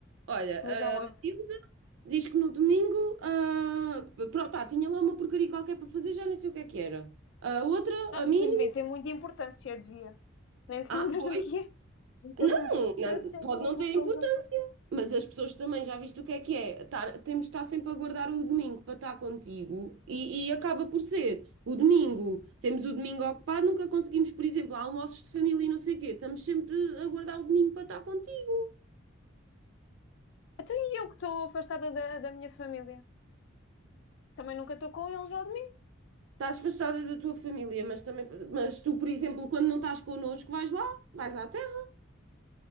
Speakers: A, on the right; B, on the left.
A: Olha,
B: Vejam lá.
A: a Matilde diz que no domingo, ah, pro- pá, tinha lá uma porcaria qualquer para fazer, já nem sei o que é que era. A outra,
B: Ah,
A: a Mini,
B: pois vê, tem muita importância, devia. Nem te
A: ah,
B: lembras
A: foi,
B: do que é? Tem muita
A: não,
B: importância,
A: não- pode
B: tem alguma
A: não ter
B: coisa.
A: importância. Mas as pessoas também, já viste o que é que é? Tar- temos de estar sempre a guardar o domingo para estar contigo e, e acaba por ser o domingo. Temos o domingo ocupado, nunca conseguimos, por exemplo, almoços de família e não sei o quê. Estamos sempre a guardar o domingo para estar contigo.
B: Então e eu que estou afastada da, da minha família? Também nunca estou com eles ao domingo.
A: Estás afastada da tua família, mas também, mas tu, por exemplo, quando não estás connosco, vais lá, vais à terra,